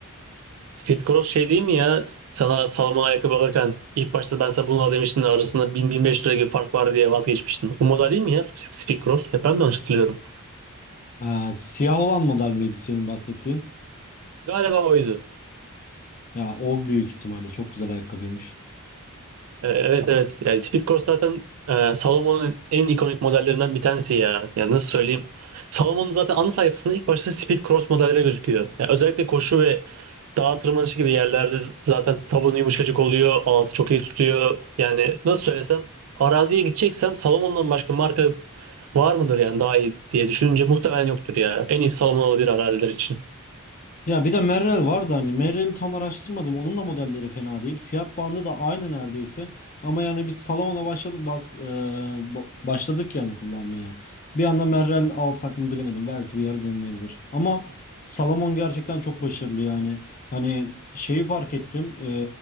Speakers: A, on the right; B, on the left.
A: Speed Cross şey değil mi ya? Sana Salomon ayakkabı alırken ilk başta ben sana bunu al demiştim de arasında bin-bin beş 1500 lira gibi fark var diye vazgeçmiştin. O model değil mi ya Speed Cross? Ya ben de yanlış hatırlıyorum.
B: Ee, siyah olan model miydi senin bahsettiğin?
A: Galiba oydu.
B: Ya o büyük ihtimalle çok güzel ayakkabıymış.
A: E, Evet evet. Yani Speed Corse zaten e, Salomon'un en ikonik modellerinden bir tanesi ya. Yani nasıl söyleyeyim? Salomon'un zaten ana sayfasında ilk başta Speed Cross modelleri gözüküyor. Yani özellikle koşu ve dağ tırmanışı gibi yerlerde z- zaten tabanı yumuşacık oluyor. Altı çok iyi tutuyor. Yani nasıl söylesem araziye gideceksen Salomon'dan başka marka var mıdır yani daha iyi diye düşününce muhtemelen yoktur ya. En iyi Salomon olabilir araziler için.
B: Ya bir de Merrell vardı hani Merrell'i tam araştırmadım. Onun da modelleri fena değil. Fiyat bandı da aynı neredeyse. Ama yani biz Salomon'a başladık bas, e, ba- başladık yani kullanmaya. Bir anda Merrell alsak mı bilemedim. Belki bir ara denilebilir. Ama Salomon gerçekten çok başarılı yani. Hani şeyi fark ettim. e,